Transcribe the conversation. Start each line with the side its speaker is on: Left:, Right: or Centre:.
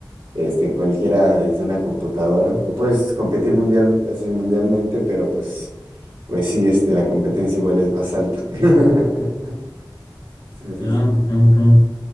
Right: este cualquiera desde una computadora, lo puedes competir mundial, así mundialmente, pero pues, pues sí, este, la competencia igual es más alta. <laughs> Sí,
Left: claro,
Right: sí, sí.
Left: claro, claro.